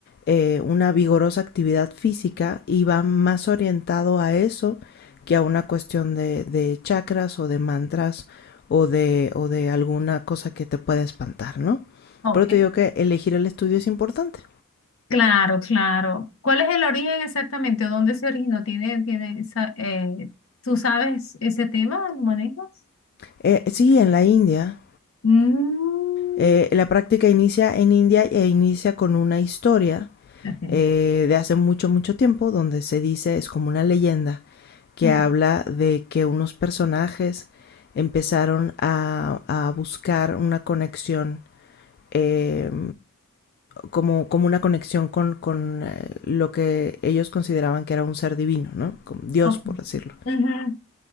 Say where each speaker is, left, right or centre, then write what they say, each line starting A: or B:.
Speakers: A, on the left (about 45°); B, on the left (about 60°).
A: eh, una vigorosa actividad física y va más orientado a eso que a una cuestión de, de chakras o de mantras o de, o de alguna cosa que te pueda espantar, ¿no?
B: ok.
A: Por eso te digo que elegir el estudio es importante.
B: Claro, claro. ¿Cuál es el origen exactamente? ¿O dónde se originó? ¿Tiene, tiene esa, eh, ¿tú sabes ese tema? ¿Lo manejas?
A: Eh, sí, en la India.
B: Mm,
A: Eh, la práctica inicia en India e inicia con una historia
B: okay,
A: eh, de hace mucho, mucho tiempo, donde se dice, es como una leyenda, que
B: okay,
A: habla de que unos personajes empezaron a, a buscar una conexión, eh, como, como una conexión con, con eh, lo que ellos consideraban que era un ser divino, ¿no? Con Dios,
B: okay.
A: por decirlo.
B: Ujú,